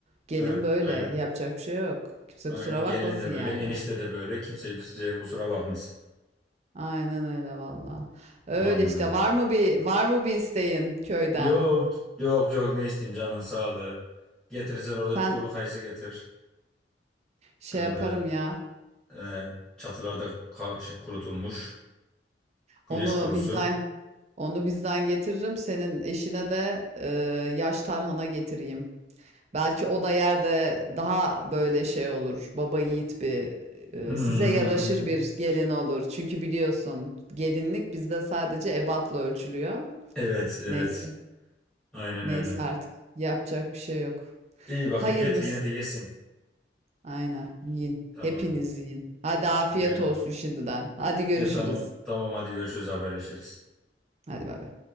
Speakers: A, on the right; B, in the centre.
A: Gelin
B: Heh,
A: böyle.
B: aynen.
A: Yapacak bir şey yok. Kimse
B: Aynen
A: kusura
B: gelin
A: bakmasın
B: de
A: yani.
B: böyle enişte de böyle kimse kimseye kusura bakmasın.
A: Aynen öyle valla. Öyle
B: Aman.
A: işte var mı bir var mı bir isteğin köyden?
B: Yok yok yok ne isteyeyim canın sağlığı. Getirirsen orada
A: Sen
B: bir kuru kayısı getir.
A: şey
B: Ee, böyle
A: yaparım ya.
B: e, çatılarda ka- şey, kurutulmuş güneş
A: Onu
B: kurusu.
A: bizden
B: <laughs>
A: Onu bizden getiririm. Senin eşine de e, yaş tarhana getireyim. Belki o da yerde daha böyle şey olur. Baba yiğit bir
B: Hmm,
A: e, size yaraşır bir gelin olur. Çünkü biliyorsun gelinlik bizde sadece ebatla ölçülüyor.
B: Evet evet
A: Neyse.
B: aynen
A: Neyse
B: öyle.
A: artık. Yapacak bir şey yok.
B: İyi bakayım
A: Hayırlısı.
B: getir yine de yesin.
A: Aynen. Yiyin.
B: Tamam
A: Hepiniz yiyin. Hadi afiyet
B: yiyelim.
A: olsun şimdiden. Hadi görüşürüz.
B: E tamam tamam hadi görüşürüz haberleşiriz.
A: Hadi bay bay.